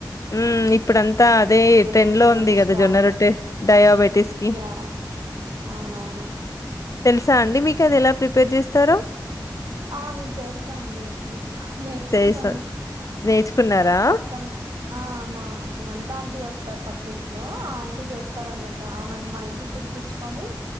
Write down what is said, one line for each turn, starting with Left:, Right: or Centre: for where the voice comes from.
Left: హ్మ్. ఇప్పుడంతా అదే
Right: బోన్స్
Left: ట్రెండ్‌లో
Right: అవన్నీ
Left: ఉంది గదా!
Right: స్ట్రాంగ్
Left: జొన్న రొట్టె
Right: గా
Left: డయాబెటిస్‌కి.
Right: యా అవునవును
Left: తెలుసా అండి మీకు అది ఎలా ప్రిపేర్ చేస్తారో
Right: ఆ నేను చేస్తానండి వచ్చు నేర్చుకున్నాను
Left: చేసా నేర్చుకున్నారా?
Right: పక్కన ఆ మా వంటా ఇంటి వస్తారు పక్కింట్లో ఆ అంటి చేస్తార అన్నమాట ఆమెను మా ఇంటికి పిలిపించుకొని